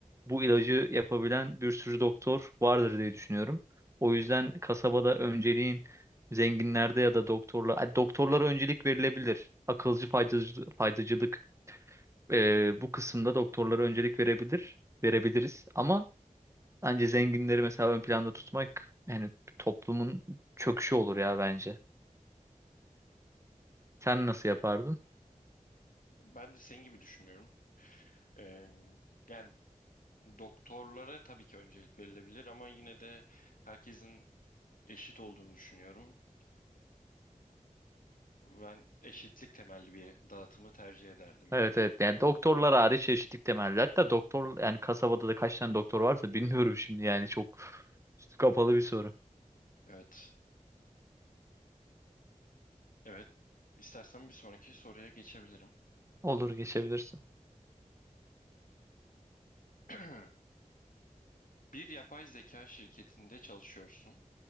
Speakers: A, on the right (about 20°); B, on the left (about 85°).
A: bu ilacı yapabilen bir sürü doktor vardır diye düşünüyorum. O yüzden kasabada önceliğin zenginlerde ya da doktorlar, Ay, doktorlara öncelik verilebilir. Akılcı faydacı, faydacılık e, bu kısımda doktorlara öncelik verebilir, verebiliriz. Ama bence zenginleri mesela ön planda tutmak yani toplumun çöküşü olur ya bence. Sen nasıl yapardın?
B: Ben de senin gibi düşünüyorum. Ee, yani doktorlara tabii ki öncelik verilebilir ama yine de herkesin eşit olduğunu düşünüyorum. Ben eşitlik temelli bir dağıtımı tercih ederdim
A: Evet
B: yani.
A: evet yani doktorlar hariç eşitlik temelli. Hatta doktor yani kasabada da kaç tane doktor varsa bilmiyorum şimdi yani çok üstü kapalı bir soru.
B: Evet. Evet. İstersen bir sonraki soruya geçebilirim.
A: Olur geçebilirsin.
B: <clears throat> Bir yapay zeka şirketinde çalışıyorsun